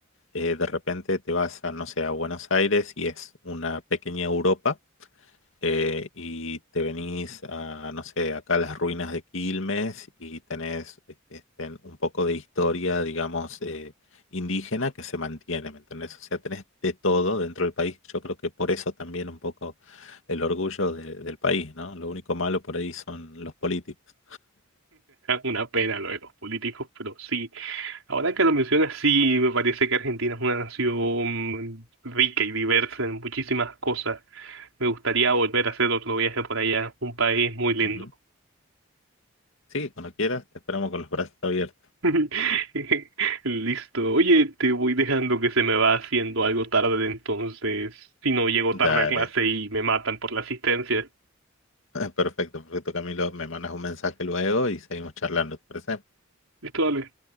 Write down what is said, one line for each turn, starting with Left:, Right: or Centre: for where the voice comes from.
Left: Eh, de repente te vas a, no sé, a Buenos Aires y es una pequeña Europa eh, y te venís a, no sé, acá a las ruinas de Quilmes y tenés eh, este, un poco de historia, digamos, eh, indígena que se mantiene, ¿me entendés? O sea, tenés de todo dentro del país. Yo creo que por eso también un poco el orgullo de- del país, ¿no? Lo único malo por ahí son los políticos.
Right: Una pena lo de los políticos, pero sí. Ahora que lo mencionas, sí, me parece que Argentina es una nación rica y diversa en muchísimas cosas. Me gustaría volver a hacer otro viaje por allá, un país muy lindo.
Left: Ujú. Sí, cuando quieras, te esperamos con los brazos abiertos.
Right: <laughs> Listo. Oye, te voy dejando que se me va haciendo algo tarde, entonces, si no llego
Left: Dale.
Right: tarde a clase y me matan por la asistencia.
Left: <laughs> Perfecto, perfecto, Camilo. Me mandas un mensaje luego y seguimos charlando, ¿te parece?
Right: Listo, dale.